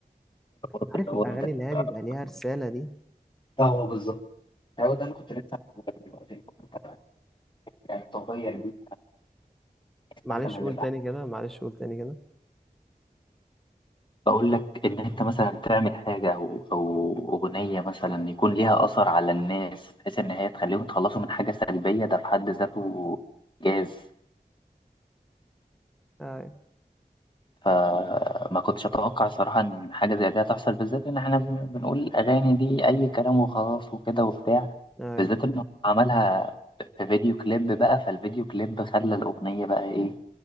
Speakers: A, on the left (about 30°); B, in the centre.
A: برضه
B: عارف
A: اللي
B: الأغاني
A: هو انت
B: اللي هي
A: تبقى
B: بيبقى ليها رسالة دي
A: ده هو بالظبط هو ده اللي كنت لسه هقوله لك دلوقتي انت أنت حاجه طبيعيه ليك
B: معلش
A: مثلا
B: قول
A: للأحد.
B: تاني كده معلش قول تاني كده
A: بقول لك ان انت مثلا تعمل حاجه او او اغنيه مثلا يكون ليها اثر على الناس بحيث ان هي تخليهم يتخلصوا من حاجه سلبيه ده في حد ذاته جاز
B: أي
A: فما كنتش أتوقع الصراحة إن حاجة زي دي هتحصل بالذات إن إحنا بن- بنقول الأغاني دي أي كلام وخلاص وكده وبتاع
B: أي
A: بالذات إن هو عملها في فيديو كليب بقى فالفيديو كليب خلى الأغنية بقى إيه